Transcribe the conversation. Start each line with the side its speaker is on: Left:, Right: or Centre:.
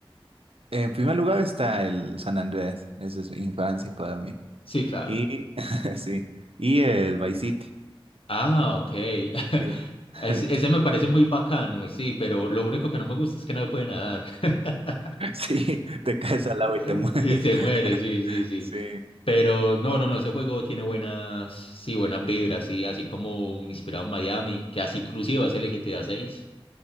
Right: en primer lugar está el San Andreas. Eso es infancia para mí.
Left: Sí, claro.
Right: Y, <laughs> sí. Y el Vice City.
Left: Ah, ok. <laughs>
Right: Sí. <laughs>
Left: Es- ese me parece muy bacano, sí, pero lo único que no me gusta es que no puede nadar. <laughs>
Right: Sí, te caes al
Left: Y
Right: agua y te mueres.
Left: se
Right: <laughs>
Left: muere, sí, sí, sí.
Right: Sí,
Left: Pero no, no, no, ese juego tiene buenas, sí, buenas vibras, y así como inspirado en Miami, que así inclusive va a ser el GTA 6,